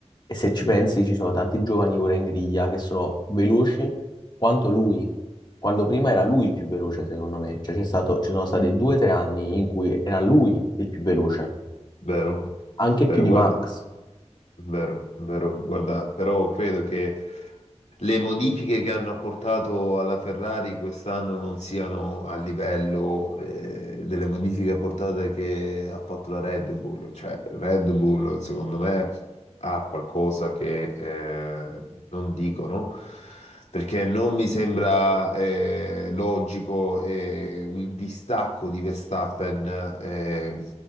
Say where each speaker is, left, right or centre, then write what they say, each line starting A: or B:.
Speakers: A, on the left; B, on the left.
A: E se
B: sì,
A: ci pensi, ci sono tanti giovani ora in griglia che sono veloci quanto lui, quando prima era lui il più veloce, secondo me. Cioè, c'è stato, ci sono stati due o tre anni in cui era lui il più veloce,
B: vero,
A: anche
B: vero,
A: più di
B: guarda,
A: Max.
B: vero, vero, guarda, però credo che le modifiche che hanno apportato alla Ferrari quest'anno non siano a livello eh, delle modifiche apportate che ha fatto la Red Bull. Cioè, Red Bull, secondo me, ha qualcosa che eh, non dicono. Perché non mi sembra eh, logico eh, il distacco di Verstappen eh,